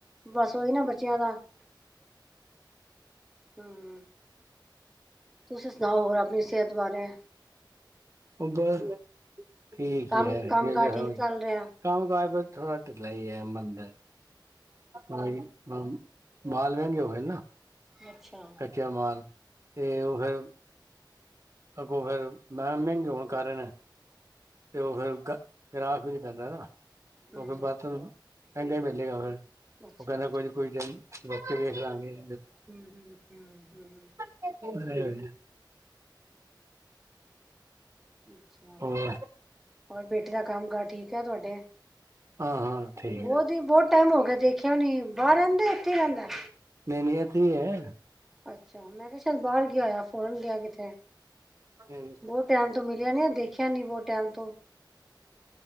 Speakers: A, in the centre; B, on the right.
A: ਬਸ ਓਈ ਨਾ ਬੱਚਿਆਂ ਦਾ। ਹੁੰ। ਤੁਸੀਂ ਸੁਣਾਓ ਹੋਰ ਆਪਣੀ ਸੇਤ ਬਾਰੇ?
B: ਓ ਬਸ ਠੀਕ
A: ਕੰਮ
B: ਈ ਐ,
A: ਕੰਮ
B: ਜੋ-ਜੋ
A: ਕਾਰ ਠੀਕ
B: ਹੋ ਗਯਾ।
A: ਚੱਲ ਰਿਹਾ
B: ਕੰਮ-ਕਾਜ ਬਸ ਥੋੜ੍ਹਾ ਢਿੱਲਾ ਈ ਐ, ਮੰਦਰ। ਨਈ ਮਾਮ, ਮਾਲ ਮੈਗੇ ਹੋ ਗਏ ਨਾ।
A: ਅੱਛਾ।
B: ਕੱਚਾ ਮਾਲ, ਤੇ ਓ ਫੇਰ ਅੱਗੋਂ ਫੇਰ ਮਾਲ ਮੈਗੇ ਹੋਣ ਕਾਰਨ ਤੇ ਓ ਫੇਰ ਏ ਗਰਾਕ ਵੀ ਪੈਂਦਾ ਨਾ,
A: ਹਮ
B: ਓ ਫੇਰ ਬਰਤ ਨੂੰ ਮੈਗਾ ਈ ਵਿਕੇਗਾ ਫੇਰ,
A: ਅੱਛਾ
B: ਓ ਕੈਂਦਾ
A: ਅੱਛਾ
B: ਕੋਈ ਨੀ ਕੋਈ <unintelligible> ਵੇਖਲਾਂਗੇ।
A: ਹੂੰ-ਹੂੰ-ਹੂੰ-ਹੂੰ।
B: <inaudible>
A: <inaudible>
B: <inaudible>
A: ਹੋਰ ਬੇਟੇ ਦਾ ਕੰਮ ਕਾਰ ਠੀਕ ਐ ਤੁਆਡੇ?
B: ਹਾਂ ਹਾਂ ਠੀਕ
A: ਬੋਤ
B: ਹੈ
A: ਈ ਬੋਤ ਟੈਮ ਹੋ ਗਿਆ ਦੇਖਿਆ ਨੀ, ਬਾਰ ਰੈਂਦਾ ਇੱਥੇ ਈ ਰੈਂਦਾ।
B: ਨ‌ਈ ਨਈ ਏਥੇ ਈ ਐ।
A: ਅੱਛਾ ਮੈਂ ਕਿਆ ਸ਼ਾਇਦ ਬਾਰ ਗਿਆ ਹੋਇਆ ਫੋਰਨ ਗਿਆ ਕਿਤੇ,
B: ਹਾਂ
A: ਬੋਤ ਟੈਮ ਟੈਮ ਤੋਂ ਮਿਲਿਆ ਨੀ, ਦੇਖਿਆ ਨੀ ਬੋਤ ਟੈਮ ਤੋਂ।